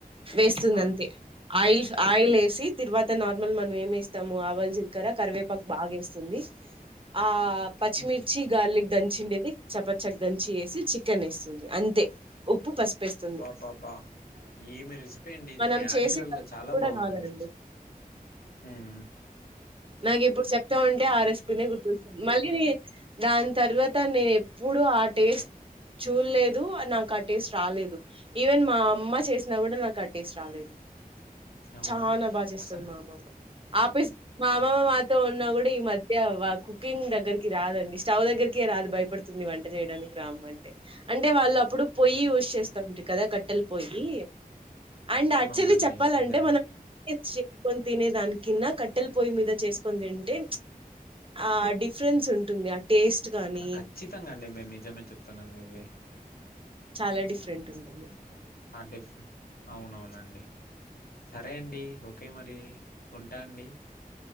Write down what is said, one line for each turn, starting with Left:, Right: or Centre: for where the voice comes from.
Right: వేస్తుంది
Left: ఆ
Right: అంతే ఆయిల్ ఆయిల్ ఏసి తిర్వాత నార్మల్ మనం ఏమేస్తాము ఆవాల్ జిలకర కరివేపాకు బాగా వేస్తుంది ఆ ఆ పచ్చిమిర్చి
Left: హ్మ్
Right: గార్లిక్ దంచి ఉండేది చపచ్చకి దంచి వేసి చికెన్ ఎస్తుంది అంతే ఉప్పు పసుపేస్తుంది
Left: బ్బా బ్బా ఏమి రెసిపీ అండి ఇది
Right: మనం
Left: న్యాచురల్
Right: చేసే కర్రీ
Left: గా చాలా
Right: కూడా
Left: బాగుంటుంది
Right: రాదండి
Left: ఉమ్
Right: నాకు ఇప్పుడు చెప్తా ఉంటే ఆ రెసిపీ గుర్తోస్ మళ్ళీ దాని తర్వాత నేను ఎప్పుడు ఆ టేస్ట్ చూల్లెదు నాకు ఆ టేస్ట్ రాలేదు ఈవెన్ మా అమ్మ చేసినా కూడా నాకు ఆటేస్ట్ రాలేదు
Left: అవునా
Right: చానా బాగా చేస్తుంది
Left: ఒకసా
Right: మా అమ్మమ ఆపే మా
Left: ఆ!
Right: అమమ్మ మా తో ఉన్నా కూడా ఈ మధ్య వాకు కుకింగ్ దగ్గరకి రాదండి స్టవ్ దగ్గరికే రాదు భయపడుతుంది వంట చేయడానికి రామ్మంటే అంటే వాళ్ళు అప్పుడు పొయ్యి యూస్చేస్తా అంటరు కదా కట్టెలు పోొయి అండ్
Left: అవునవునండి
Right: యాక్చువల్లీ చెప్పాలంటే
Left: నిజమే
Right: మనం చేసుకొని తినే దాని కిన్నా కట్టెలు పొయ్యి మీద చేసుకుని తింటే ఆ డిఫరెన్ ఉంటుంది ఆ టేస్ట్ కానీ
Left: ఖచ్చితంగా అండి మీరు నిజమే చెప్తున్నరు ఇది
Right: చాలా డిఫరెంటు ఉంటది
Left: ఆ డిఫరె అవునవునండి సరే అండి ఓకే మరి ఉంటా అండి